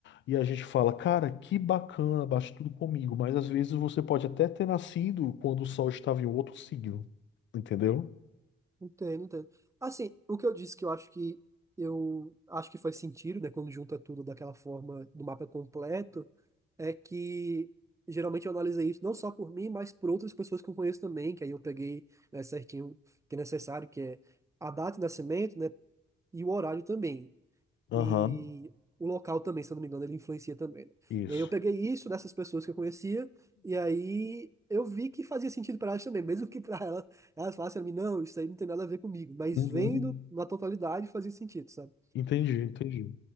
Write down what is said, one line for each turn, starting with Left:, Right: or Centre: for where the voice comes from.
Left: e a gente fala, cara, que bacana, bate tudo comigo. Mas às vezes você pode até ter nascido quando o sol estava em outro signo, entendeu?
Right: entendo, entendo. Assim, o que eu disse que eu acho que eu acho que faz sentido, né, quando junta tudo daquela forma do mapa completo, é que geralmente eu analisei isso não só por mim, mas por outras pessoas que eu conheço também, que aí eu peguei, né, certinho o que é necessário, que é a data de nascimento, né, e o horário também.
Left: Aham,
Right: E o local também, se eu não me engano, ele influencia também, né?
Left: isso.
Right: E aí eu peguei isso dessas pessoas que eu conhecia, e aí eu vi que fazia sentido para elas também, <laughs> mesmo que para elas, elas falassem a mim, não, isso aí não tem nada a ver comigo, mas
Left: Uhum.
Right: vendo na totalidade fazia sentido, sabe?
Left: Entendi, entendi.